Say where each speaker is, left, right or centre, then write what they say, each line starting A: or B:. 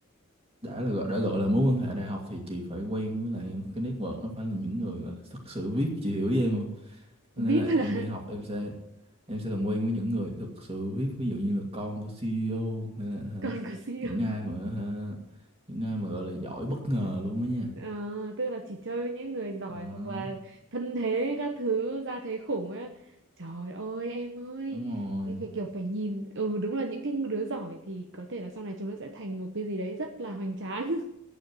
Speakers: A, on the right; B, on the right.
A: đã là gọi đã gọi là mối quan hệ đại học thì chị phải quen với lại cái network nó phải là những người gọi là thực sự VIP chị hiểu với em không có nghĩa
B: VIP
A: là em
B: <laughs> là <laughs>
A: đi học em sẽ em sẽ làm quen với những người thực sự vip ví dụ như là con của CEO hay là hả,
B: còn có gì
A: những
B: không
A: ai mà hả, những ai mà gọi là giỏi bất ngờ luôn đó nha
B: Ờ, tức là chỉ chơi với những người giỏi
A: Đó,
B: hoặc là thân thế các thứ ra thế khủng á trời ơi em ơi
A: đúng rồi
B: em phải kiểu phải nhìn ừ đúng là những cái đứa giỏi thì có thể là sau này chúng nó sẽ thành một cái gì đấy rất là hoành tráng <laughs>